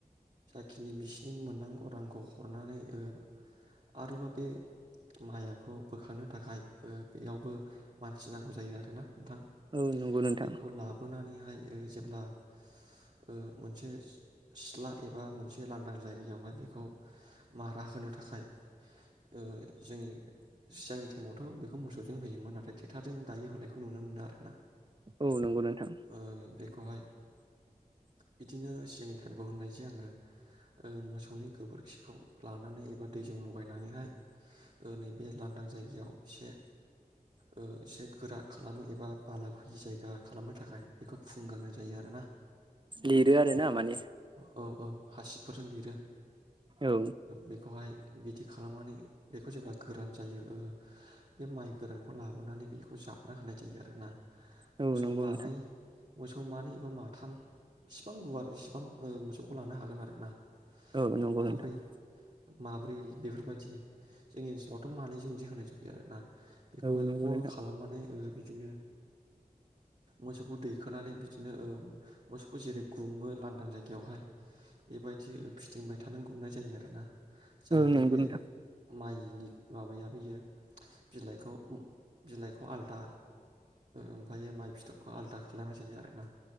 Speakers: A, on the right; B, on the right.
A: जाखिनि बिसिनि बि मोननांगौ रांखौ हरनानै ओं आरोबाव बे माइयाखौ बोखांनो थाखाय बेयावबो मानसि नांगौ जायो आरोना। नोंथां
B: औ नंगौ नोंथां
A: बेखौ लाबोनानैहाय ओं जेब्ला ओं मोनसे सिथला एबा मोनसे लांदां जायगा जायगायावहाय बेखौ मारा होनो थाखाय ओं जोंनि सिगांनि टाइमावथ' बेखौ मोसौजों होयोमोन नाथाय ट्रेक्टरजों दायो होनायखौ नुनो मोनो आरोना।
B: औ नंगौ नोंथां।
A: ओ बेखौहाय बिदिनो सिगांनि थायेमखौ होननायसै आङो। ओं मोसौनि गोबोरखिखौ लानानै एबा दैजों लगायनानैहाय नैबे लांदां जायगायाव एसे ओं एसे गोरा खालामो एबा बाला फैयि जायगा खालामनो थाखाय बेखौ फु फुगारनाय जायो आरो ना।
B: लिरो आरोना माने?
A: औ औ हासिब फोरजों लिरो।
B: औ
A: बेखौहाय बिदि खालामनानै बेखौ जेब्ला गोरान जायो ओं बे माइ गोरानखौ लाबोनानै बेखौ जाबना होनाय जायो आरोना।
B: औ
A: मोसौ
B: नंगौ
A: मानै
B: नोंथां
A: मोसौ मानै एबा माथाम बिसिबां गुवार बिसिबां ओं मोसौखौ लानो हागोन आरोना।
B: औ
A: हयथ'
B: नंगौ
A: माब्रै
B: नोंथां।
A: माब्रै बेफोरबायदि जोंनि ओनसोलावथ' मानैजों बिदि होनाय जायो आरोना। बेखौहाय
B: औ नंगौ
A: गल
B: नोंथां
A: खालामनानै ओं बिदिनो मोसौखौ दैखोनानै बि बिदिनो ओं मोसौखौ जेरै गुम्मो लांदां जायगायावहाय बेबाय बिदि फिदिंबाय थानांगौ गौनाय जायो आरोना। जाहाथे
B: औ नंगौ
A: बे
B: नोंथां
A: माइ बिनि माबायाबोयो बिलाइखौ बिलाइखौ आलादा ओमफ्रायो माइ फिथोबखौ आलदा खालामनाय जायो आरोना